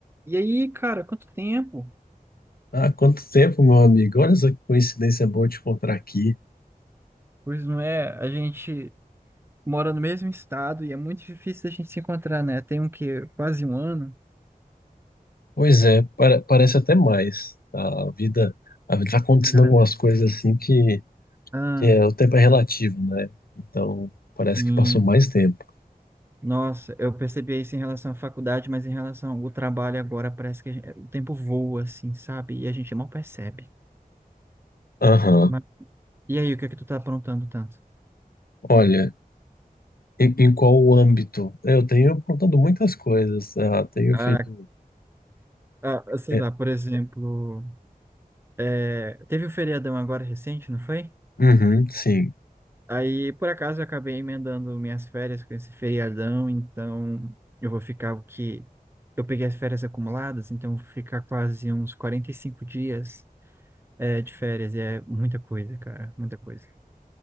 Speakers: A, on the right; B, on the left.
A: E aí, cara, quanto tempo?
B: Ah, quanto tempo, meu amigo. Olha essa coincidência boa te encontrar aqui.
A: Pois não é, a gente mora no mesmo estado e é muito difícil a gente se encontrar, né? Tem um que quase um ano.
B: Pois é, pare- parece até mais. A vida, a vida tá acontecendo
A: Cara,
B: algumas coisas assim que,
A: ah,
B: que é, o tempo é relativo, né? Então, parece
A: sim.
B: que passou mais tempo.
A: Nossa, eu percebi isso em relação à faculdade, mas em relação ao trabalho agora parece que a gente- o tempo voa, assim, sabe? E a gente mal percebe.
B: Aham.
A: Mas- e aí, o que é que tu tá aprontando tanto?
B: Olha, em, em qual âmbito? Eu tenho aprontado muitas coisas. Ah, tenho
A: Ah,
B: feito.
A: ah, sei
B: é,
A: lá, por exemplo, é, teve o feriadão agora recente, não foi?
B: uhum, sim.
A: Aí, por acaso, eu acabei emendando minhas férias com esse feriadão, então eu vou ficar o que. Eu peguei as férias acumuladas, então eu vou ficar quase uns 45 dias é, de férias, e é muita coisa, cara, muita coisa.